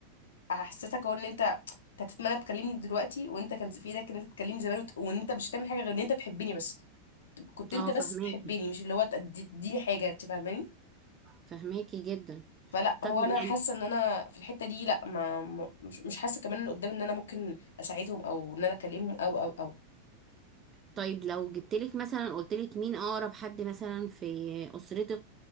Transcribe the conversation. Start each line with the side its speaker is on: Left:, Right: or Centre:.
Left: احسسك هو ان انت أنت هتتمنى تكلمني دلوقتي وانت كان في ايدك ان انت تكلمني زمان وت... وان انت مش هتعمل حاجه غير ان انت تحبني بس كنت انت
Right: اه
Left: بس
Right: فاهماكي
Left: تحبني مش اللي هو تدي- تديني حاجه انت فاهماني
Right: فاهماكي جدا
Left: فلا
Right: طب
Left: هو انا
Right: يعني
Left: حاسه ان انا في الحته دي لا ما ما- مش مش حاسه كمان ان قدام ان انا ممكن اساعدهم او ان انا اكلمهم او او او
Right: طيب لو جبتلك مثلا قلتلك مين اقرب حد مثلا في اسرتك